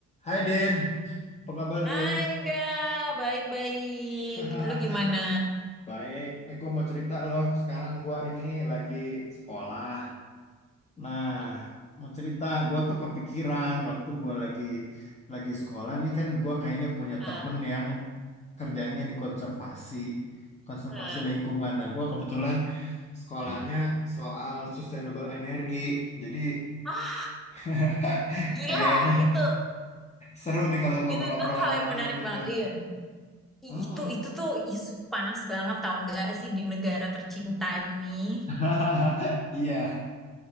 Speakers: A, on the left; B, in the centre.
A: Hai Din, apa kabar
B: Hai
A: Din?
B: enggak, baik-baik.
A: <laughs>
B: Lu gimana?
A: Baik, nih gue mau cerita loh. Sekarang gue ini lagi sekolah. Nah,
B: Hmm,
A: mau cerita, gue tuh kepikiran waktu gue lagi lagi sekolah nih kan gue kayaknya punya
B: Nah,
A: temen yang kerjanya di konservasi, konservasi
B: nah.
A: lingkungan. Nah, gue kebetulan sekolahnya soal sustainable energi, jadi
B: Ah,
A: <laughs>
B: gila,
A: kayaknya
B: itu
A: seru nih kalau ngobrol-ngobrol
B: itu itu hal
A: sama
B: yang menarik
A: lu gitu.
B: banget. Iya. I-
A: Mm-mm.
B: Itu itu tuh isu panas banget tau nggak sih di negara tercinta ini.
A: <laughs> Iya,